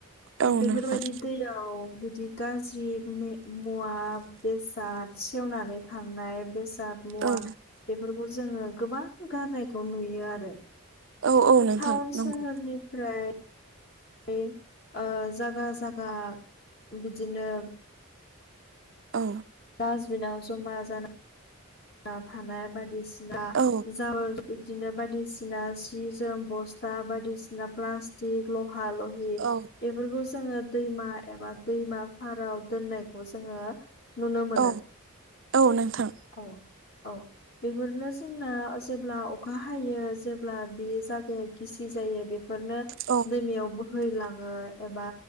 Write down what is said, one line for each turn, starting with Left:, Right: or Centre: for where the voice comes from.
Right: औ
Left: बेफोर
Right: नोंथां
Left: बायदि दैयाव गाज्रि मुवा बेसाद सेवनानै थांनाय बेसाद मुवा
Right: औ
Left: बेफोरखौ जोङो गोबां गारनायखौ नुयो आरो
Right: औ औ नोंथां
Left: टाउन
Right: नंगौ
Left: सोहोरनिफ्राय बे ओ जायगा जायगा बिदिनो
Right: औ
Left: डास्टबिनाव जमा जाना थानाय बायदिसिना
Right: औ
Left: जाबोर बिदिनो बायदिसिना सि जोम बस्था बायदिसिना प्लास्टिक लहा ल हि
Right: औ
Left: बेफोरखौ जोङो दैमा एबा दैमा फाराव दोननायखौ जोङो नुनो मोनो।
Right: औ औ नोंथां।
Left: औ औ बेफोरनो जोंना जेब्ला अखा हायो जेब्ला बे जागाया गिसि जायो बे बेफोरनो
Right: औ
Left: दैमायाव बोहैलाङो एबा